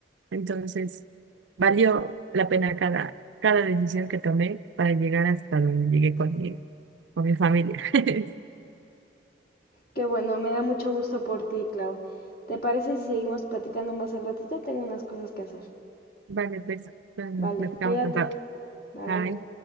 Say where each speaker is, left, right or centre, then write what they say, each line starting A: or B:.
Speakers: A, on the right; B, on the left.
A: Entonces, valió la pena cada, cada decisión que tomé para llegar hasta donde llegué con mi, con mi familia. <laughs>
B: Qué bueno, me da mucho gusto por ti, Clau. ¿Te parece si seguimos platicando más al ratito? Tengo unas cosas que hacer.
A: Vale, pues, bueno,
B: Vale,
A: nos platicamos
B: cuídate.
A: al rato.
B: Bye.
A: Bye.